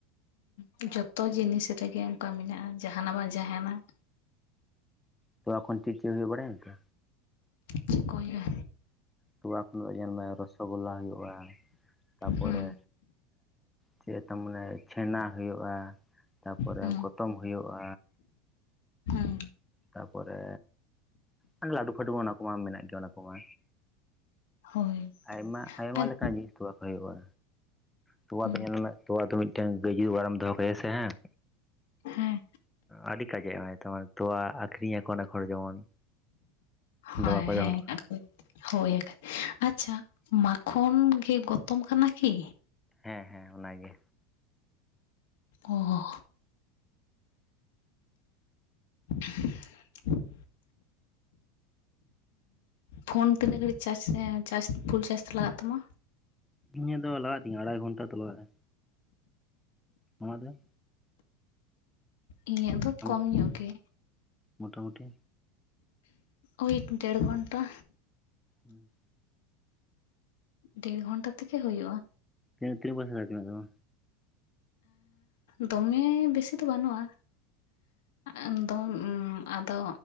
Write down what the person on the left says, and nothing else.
ᱦᱮᱸ ᱡᱚᱛᱚ ᱡᱤᱱᱤᱥ ᱨᱮᱜᱮ ᱚᱱᱠᱟ ᱢᱮᱱᱟᱜᱼᱟ ᱡᱟᱦᱟᱱᱟᱜ ᱵᱟᱝ ᱡᱟᱦᱟᱱᱟᱜ
ᱪᱤᱠᱚᱭᱟ
ᱦᱩᱸ
ᱦᱩᱸ
ᱦᱮᱸ
ᱦᱳᱭ
ᱟᱨ
ᱦᱩᱸ
ᱦᱮᱸ
ᱦᱳᱭ
ᱦᱮᱸ
ᱟᱨ ᱠᱟ. ᱡ ᱦᱳᱭᱮᱠ ᱟᱪᱪᱷᱟ ᱢᱟᱠᱷᱚᱱ ᱜᱮ ᱜᱚᱛᱚᱢ ᱠᱟᱱᱟ ᱠᱤ
ᱚ ᱦᱚ <unintelligible> ᱯᱷᱳᱱ ᱛᱤᱱᱟᱹᱜ ᱜᱷᱟᱹᱲᱤᱡ ᱪᱟᱡᱽ ᱯᱷᱩᱞ ᱪᱟᱨᱡᱽ ᱛᱮ ᱞᱟᱜᱟᱜ ᱛᱟᱢᱟ
ᱤᱧᱟᱹᱜ ᱫᱚ
ᱠᱚᱢ ᱧᱚᱜ ᱜᱮ
ᱳᱭ ᱰᱮᱲ ᱜᱷᱚᱱᱴᱟ
ᱰᱮᱲ ᱜᱷᱚᱱᱴᱟ ᱛᱷᱮᱜᱮ ᱦᱩᱭᱩᱜᱼᱟ᱾
ᱫᱚᱢᱮ ᱵᱮᱥᱤ ᱫᱚ ᱵᱟᱹᱱᱩᱜᱼᱟ᱾ ᱟ ᱫᱚ ᱟᱫᱚ